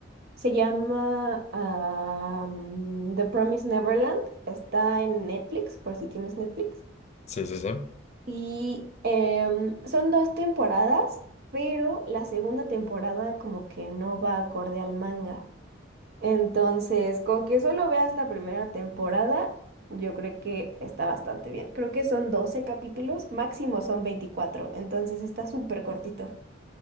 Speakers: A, on the right; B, on the left.
A: Se llama am, The Promised Neverland. Está en Netflix, por si tienes Netflix.
B: Sí, sí, sí.
A: Y em, son dos temporadas, pero la segunda temporada como que no va acorde al manga. Entonces, con que solo veas la primera temporada, yo creo que está bastante bien. Creo que son 12 capítulos, máximo son 24. entonces está súper cortito.